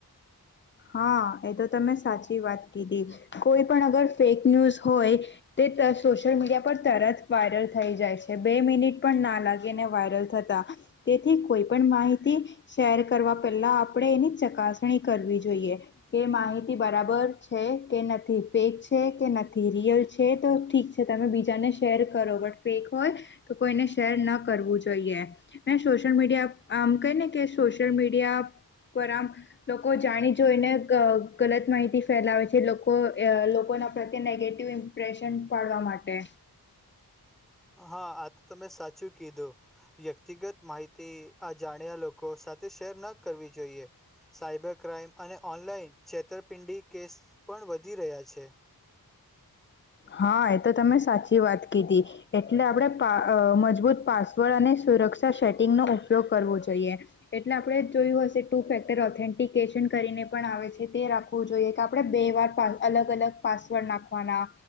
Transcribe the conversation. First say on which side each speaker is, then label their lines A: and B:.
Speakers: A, on the left (about 30°); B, in the centre.
A: હા એ તો તમે સાચી વાત કીધી કોઈ પણ અગર ફેક ન્યૂઝ હોય તે સોશિયલ મીડિયા પર તરત વાયરલ થઈ જાય છે બે મિનિટ પણ ના લાગીને વાયરલ થતા તેથી કોઈ પણ માહિતી શેર કરવા પહેલા આપણે એની ચકાસણી કરવી છે જોઈએ એ માહિતી બરાબર છે કે નથી ફેક છે કે નથી રિયલ છે તો ઠીક છે તમે બીજાને શેર કરો બટ ફેક હોય તો કોઈને શેર ન કરવું જોઈએ ને સોશિયલ મીડિયા આમ ક ને કે સોશિયલ મીડિયા પર આમ લોકો જાણી જોઈને ગલત માહિતી ફેલાવે છે લોકો લોકોના પ્રત્યે નેગેટિવ ઇમ્પ્રેશન પાડવા માટે
B: હા આ તો તમે સાચું કીધું વ્યક્તિગત માહિતી આ જાણ્યા લોકો સાથે શેર ન કરવી જોઈએ સાયબર ક્રાઈમ અને ઓનલાઈન છેતરપિંડી કેસ પણ વધી રહ્યા છે.
A: હા એ તો તમે સાચી વાત કીધી એટલે આપણે પા મજબૂત પાસવર્ડ અને સુરક્ષા સેટિંગનોો ઉપયોગ કરવો જોઈએ એટલે આપણે જોયું હશે ટુ ફેક્ટર ઓથેન્ટિકેશન કરીને પણ આવે છે તે રાખવું જોઈએ કે આપણે બે વાર અલગ અલગ પાસવર્ડ નાખવાના